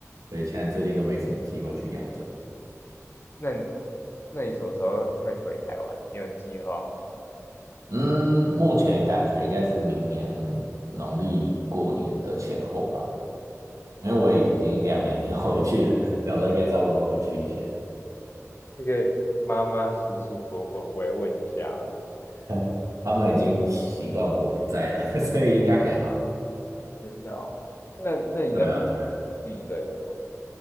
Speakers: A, on the right (about 85°); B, on the left (about 45°).
A: 所以现在最近都没什么机会去亚洲。
B: 那你那你什么时候会回台湾？你有计划吗？
A: 嗯，目前感觉应该是明年农历过年的前后吧。因为我已经两年没有回去了，想说应该差不多回去一下。
B: 那个妈妈、舒舒服服回来问一下嘛。
A: <laughs> 他们已经习惯我不在了，<laughs> 所以应该还好。
B: 真的哦。那那你在自
A: 对啊，对啊，
B: 己一个人吗？